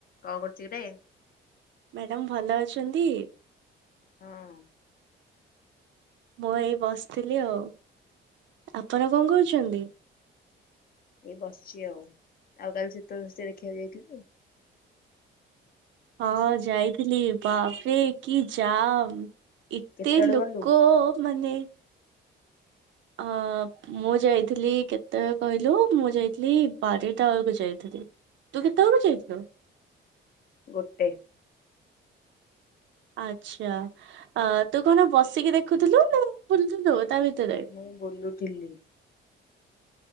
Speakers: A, on the left; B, on the right.
A: କଁ କରୁଚି ରେ?
B: ମ୍ୟାଡ଼ାମ ଭଲ ଅଛନ୍ତି?
A: ହଁ।
B: ମୁଁ ଏଇ ବସିଥିଲି ଆଉ। ଆପଣ କଁ କହୁଛନ୍ଦି?
A: ଏଇ ବସିଚି ଆଉ ଆଉ କାଲି ଶୀତ ଧୋସେ ଦେଖିବାକୁ ଯାଇଥିଲୁ?
B: ହଁ ଯାଇଥିଲି ବାପରେ କି ଯାମ୍। ଏତେ
A: କେତେବେଳେ
B: ଲୋକ
A: ଗଲୁ?
B: ମାନେ ଆଁ ପ୍ ମୁଁ ଯାଇଥିଲି କେତେବେଳେ କହିଲୁ? ମୁଁ ଯାଇଥିଲି ବାରେଟା ବେଳକୁ ଯାଇଥିଲି। ତୁ କେତେବେକୁ ଯାଇଥିଲୁ?
A: ଗୋଟେ।
B: ଆଛା ଆ ତୁ କଣ ବସିକି ଦେଖୁଥିଲୁ ନା ବୁଲଥିଲୁ ତା ଭିତରେ?
A: ମୁଁ ବୁଲୁଥିଲି।